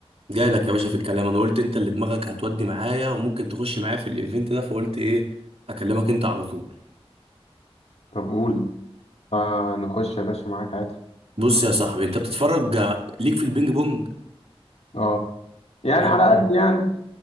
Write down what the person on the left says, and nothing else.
طب قول آه نخش يا باشا معاك عادي
اه يعني
على قد يعني